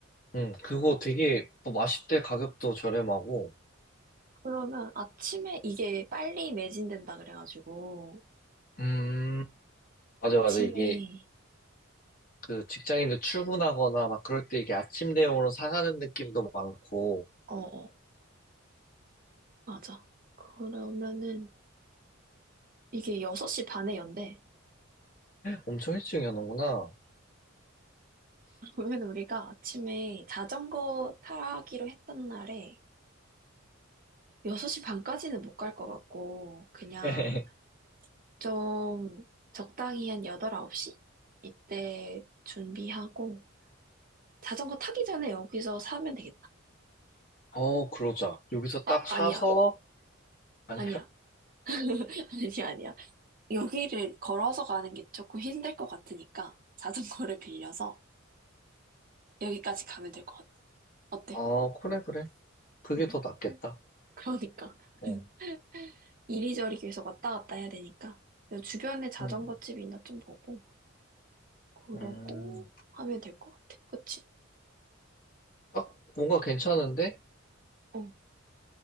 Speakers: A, on the left (about 45°); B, on the right (about 45°).
A: 응, 그거 되게 뭐 맛있대 가격도 저렴하고.
B: 그러면 아침에 이게 빨리 매진된다 그래가지고,
A: 음, 맞아,
B: 아침에,
A: 맞아. 이게 그 직장인들 출근하거나 막 그럴 때 이게 아침 대용으로 사가는 느낌도 많고
B: 어, 어, 맞아. 그러면은, 이게 6시 반에 연대.
A: 엄청 일찍 여는구나.
B: 그러면 우리가 아침에 자전거 타기로 했던 날에 6시 반까지는 못 갈 것 같고, 그냥
A: <laughs>
B: 좀 적당히 한 8, 9시? 이때 준비하고, 자전거 타기 전에 여기서 사면 되겠다.
A: 어, 그러자. 여기서
B: 어,
A: 딱 사서,
B: 아니야.
A: 아니야?
B: 아니야. <laughs> 아니야, 아니야. 여기를 걸어서 가는 게 조금 힘들 것 같으니까, 자전거를 빌려서 여기까지 가면 될 것 같아. 어때?
A: 어, 그래, 그래. 그게
B: 응.
A: 더 낫겠다.
B: 그러니까.
A: 어,
B: <laughs> 이리저리 계속 왔다 갔다 해야 되니까 주변에 자전거
A: 음,
B: 집이 있나 좀 보고 그러고
A: 음.
B: 하면 될 것 같아. 그치?
A: 딱 뭔가 괜찮은데?
B: 어.